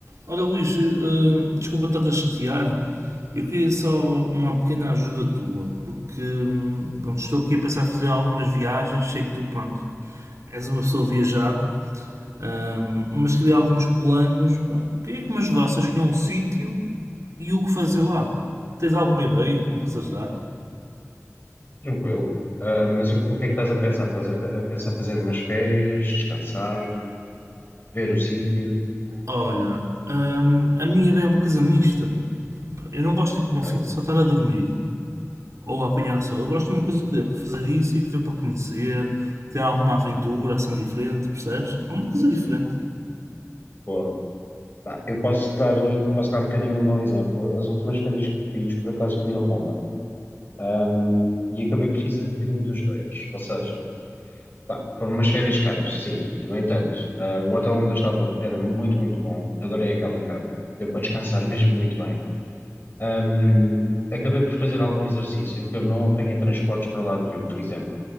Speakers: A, on the right; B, on the left.
A: Olha, Luís, eh, desculpa estar a chatear. Eu queria só uma pequena ajuda tua, porque hum, pronto, estou aqui a pensar em fazer algumas viagens. Sei que tu, pronto, és uma pessoa viajada, hum, mas queria alguns planos. Pá, Queria que me ajudasses a escolher um sítio e o que fazer lá. Tens alguma ideia que me possas dar?
B: Tranquilo. Ah, mas o, o que é que estás a pensar? Estás a, a pensar fazer umas férias, descansar, ver o sítio?
A: Olha, hum, a minha ideia é uma coisa mista. Eu não gosto de ir para um
B: Ok,
A: sítio só estar a dormir. ou a apanhar sol. Eu gosto de uma coisa que dê para fazer isso e que dê para conhecer, ter alguma aventura assim diferente, percebes? Alguma coisa diferente.
B: boa. Pá, eu posso dar, posso dar um bocadinho o meu exemplo. As últimas férias que fiz, por acaso fui a Roma, ahm, e acabei por fazer um bocadinho dos dois. Ou seja, pá, foram umas férias caras, sim. No entanto, ah, o hotel onde eu estava era muito, muito bom. Adorei aquela cama. Deu para descansar <laughs> mesmo muito bem. Ahm, acabei por fazer algum exercício, que eu não apanhei transportes para lado nenhum, por exemplo.